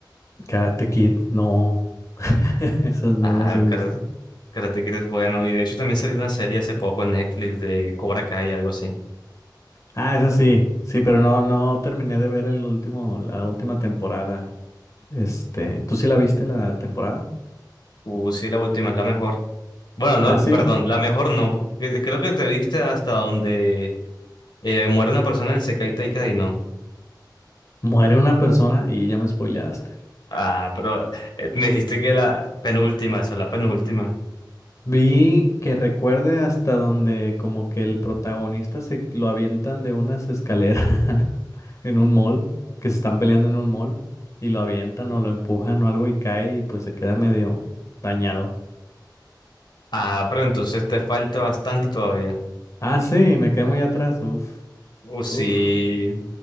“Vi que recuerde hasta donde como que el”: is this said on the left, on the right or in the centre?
Left